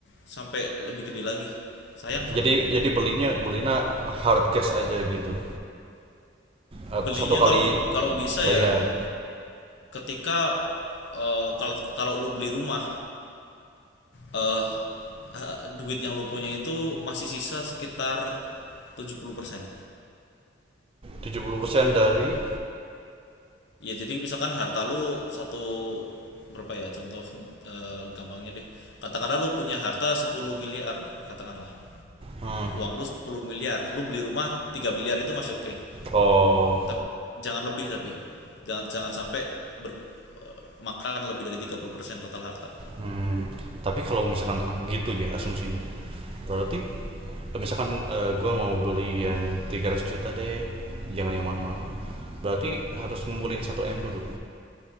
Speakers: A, on the left; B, on the right.
A: sampai lebih gede lagi sayang soalnya
B: jadi jadi belinya belinya hard cash aja gitu atau
A: belinya
B: satu kali
A: kalau kalau bisa
B: bayar
A: ya ketika eh, kalau kalau lu beli rumah eh eh, duit yang lu punya itu masih sisa sekitar tujuh puluh persen
B: tujuh puluh persen dari
A: ya jadi misalkan harta lu satu berapa ya contoh eh, gampangnya deh katakanlah lu punya harta sepuluh miliar katakanlah
B: hmm.
A: uang lu 10 miliar, lu beli rumah tiga miliar itu masih oke. Okay.
B: oh
A: Tapi jangan lebih tapi. Jangan jangan sampai ber- eh, makan lebih dari 30% total harta.
B: hmm. tapi kalau misalkan gitu ya asumsinya berarti misalkan uh, gue mau beli yang 300 juta deh jangan yang mahal-mahal berarti harus ngumpulin satu m dulu